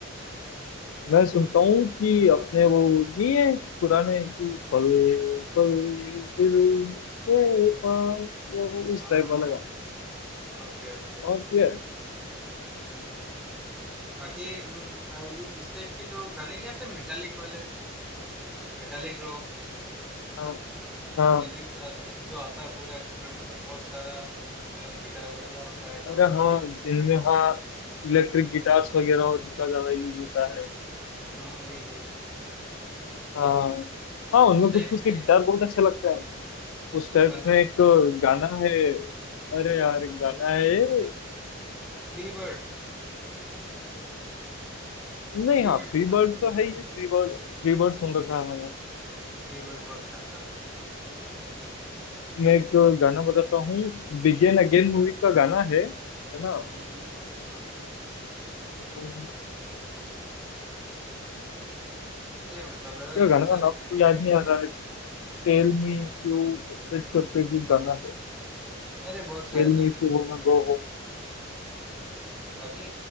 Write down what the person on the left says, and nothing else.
मैं सुनता हूँ कि अपने वो नहीं है पुराने कि पल पल दिल के पास वो उस
टाइप वाला गाना
समझ
गए
हाँ हाँ
अरे
हाँ
जिनमें
हाँ इलेक्ट्रिक गिटार्स वगैरह और उनका ज्यादा यूज होता है
हाँ
हाँ उनमें
कुछ कुछ
के गिटार बहुत अच्छा लगता है उस टाइप
में
एक गाना है अरे यार एक गाना है
नहीं
हाँ
फ्री बर्ड तो है ही फ्री बर्ड फ्री बर्ड सुन रखा है
मैं एक गाना बताता हूँ बिगेन अगेन मूवी का गाना है है ना
क्या
गाना
का नाम तो
याद नहीं आ रहा है Tell me if you search करके भी गाना है
Tell
me if
you
wanna go
home